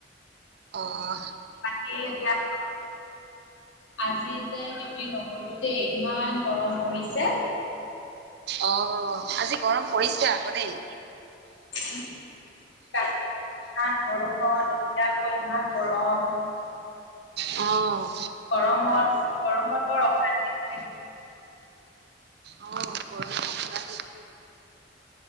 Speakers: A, on the right; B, on the left.
A: অঁ
B: বাকী এতিয়া আজি যে ডিউটি নগলো দেই, ইমান গৰম পৰিছে।
A: অ আজি গৰম পৰিছে আকৌ দেই।
B: উ ইমান গৰমত এতিয়া আকৌ ইমান গৰম।
A: অ
B: গৰমত গৰমত বৰ অশান্তি লাগে।
A: অ প খ দিছে <unintelligible>